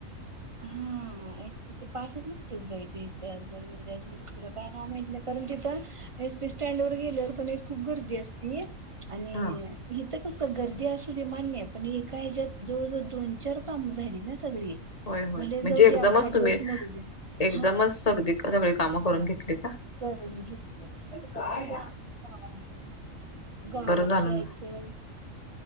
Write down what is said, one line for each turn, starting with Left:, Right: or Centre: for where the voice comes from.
Right: हा एसटीच पासच म्हणतेच, बाई तथ म्हणजे दुसरं काय नाव माहत नाही, कारण तिथं एसटी स्टँड वर गेल्यावरण खूप गर्दी असती. आणि
Left: हा
Right: हित कस. गर्दी असू दे मान्य आहे. पण एका ह्याच्यात जवळजवळ दोन चार काम झाली ना. सगळी...
Left: होय होय
Right: भले
Left: म्हणजे
Right: जाऊ
Left: एकदमच
Right: दे अख्खा
Left: तुम्ही
Right: दिवस मोडू दे.
Left: एकदमच
Right: हा
Left: सगदी सगळी कामं
Right: हा
Left: करून घेतली का
Right: करून घेतले तस
Left: काय
Right: बाबा गावात गावात
Left: बरं झालं
Right: जायचं,